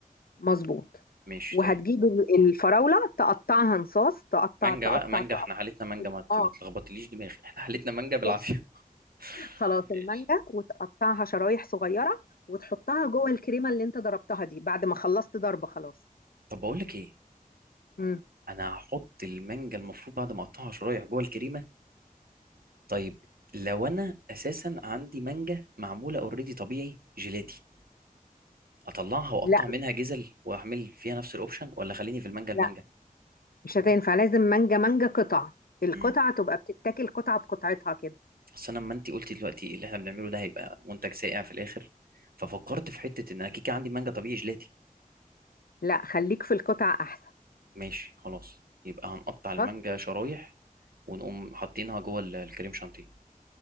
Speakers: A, on the left (about 80°); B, on the right (about 80°).
A: مضبوط
B: ماشي
A: وهتجيب
B: تمام
A: ال- الفراولة تقطعها نصاص تقطع
B: مانجا
A: تقطع
B: بقى مانجا
A: تقطع
B: احنا حالتنا مانجا ما ت-
A: اه
B: ما تلخبطليش دماغي احنا حالتنا مانجا بالعافيه
A: ماشي.
B: <laughs>
A: خلاص المانجا
B: ماشي
A: وتقطعها شرايح صغيرة وتحطها جوه الكريمة اللي انت ضربتها دي بعد ما خلصت ضرب خلاص
B: طب بقول لك ايه
A: مم.
B: انا هحط المانجا المفروض بعد ما اقطعها شرايح جوه الكريمه طيب لو انا اساسا عندي مانجا معموله اوريدي طبيعي جيلاتي اطلعها واقطع
A: لا
B: منها جزل واعمل فيها نفس الاوبشن ولا خليني في المانجا المانجا
A: لا مش هتنفع لازم مانجا مانجا قطع القطعة
B: امم
A: تبقى بتتاكل قطعة بقطعتها كده
B: اصل انا لما انت قلتي دلوقتي اللي احنا بنعمله ده هيبقى منتج سائع في الاخر ففكرت في حته ان انا كيكه عندي مانجا طبيعي جيلاتي
A: لا خليك في القطع احسن
B: ماشي خلاص يبقى هنقطع المانجا
A: خلاص
B: شرايح ونقوم حاطينها جوه ال- الكريم شانتيه